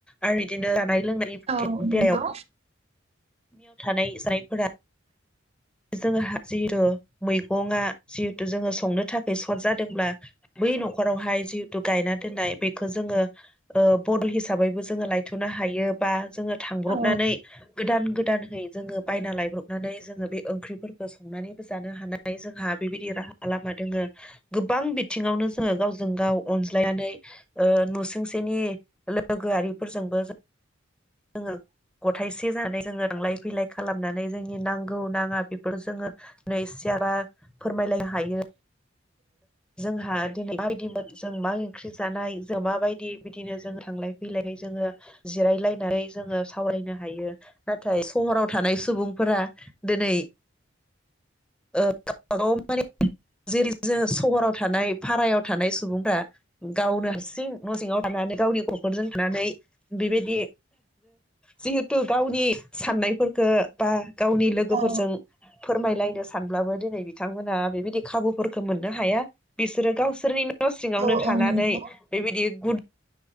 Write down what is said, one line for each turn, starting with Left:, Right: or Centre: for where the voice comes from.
Centre: आरो बिदिनो जानाय लोंनायनि
Right: औ नंगौ
Centre: बेयाव थानाय जायफोरा जोंहा जिहेतु मैगंआ जिहेतु जोङो संनो थाखाय सर्ट जादोंब्ला बै न'खरावहाय जिहेतु गायना दोननाय बेखौ जोङो ओ बदल हिसाबैबो जोङो लायथ'नो हायो बा जोङो थांब्रबनानै
Right: औ
Centre: गोदान गोदानहै जोङो बायना लायब्रबनानै जोङो बे ओंख्रिफोरखौ संनानैबो जानो हानाय जोंहा बेबायदि राहा लामा दोङो गोबां बिथिङावनो जोङो गावजों गाव अनज्लायनानै ओ नुसोंसेनि लोगोआरिफोरजोंबो जोङो गथायसे जानानै जोङो थांलाय फैलाय खालामनानै जोंनि नांगौ नाङा बेफोर जोङो नै सियारा फोरमायलायनो हायो। जोंहा दिनै माबायदिमोन जों मा ओंख्रि जानाय जों माबायदि बिदिनो जों थांलाय फैलायै जोङो जिरायलायनानै जोङो सावरायनो हायो नाथाय सहराव थानाय सुबुंफोरा दिनै ओ <unintelligible> गाव माने जेरै जों सहराव थानाय भारायाव थानाय सुबुंफ्रा गावनो हारसिं न' सिङाव थानानै गावनि न'खरजों थानानै बेबायदि जिहेथु गावनि साननायफोरखो बा गावनि लोगोफोरजों
Right: औ
Centre: फोरमायलायनो सानब्लाबो दिनै बिथांमोना बेबायदि खाबु फोरखो मोननो हाया बिसोरो गावसोरनि न' सिङावनो
Right: औ
Centre: थानानै
Right: औ नंगौ
Centre: बेबायदि गु